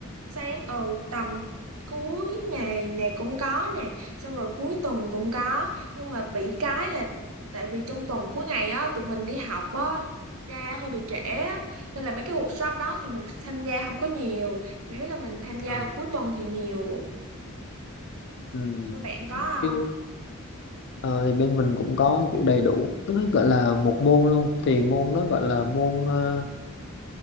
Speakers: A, on the right; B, on the left.
A: sáng ừ tầm cuối ngày này cũng có nè xong rồi cuối tuần cũng có nhưng mà bị cái là tại vì trong tuần cuối ngày á tụi mình đi học á ra hơi bị trễ á, nên là mấy cái workshop đó thì mình tham gia không có nhiều chủ yếu là mình tham gia
B: Ờ,
A: cuối tuần thì nhiều
B: Ừ.
A: mấy bạn có không
B: Chứ, ờ, thì bên mình cũng có kiểu đầy đủ cái nó gọi là một môn luôn thì môn nó gọi là môn ờ,